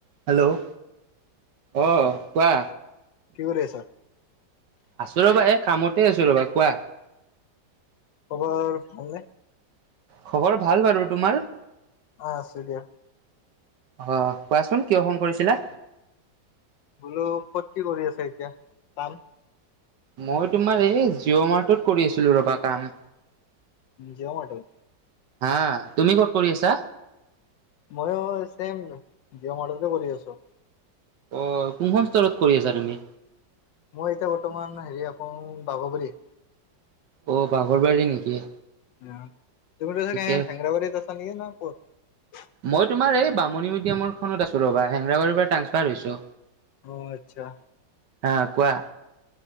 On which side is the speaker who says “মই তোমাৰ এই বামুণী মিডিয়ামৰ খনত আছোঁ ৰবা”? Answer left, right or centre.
Right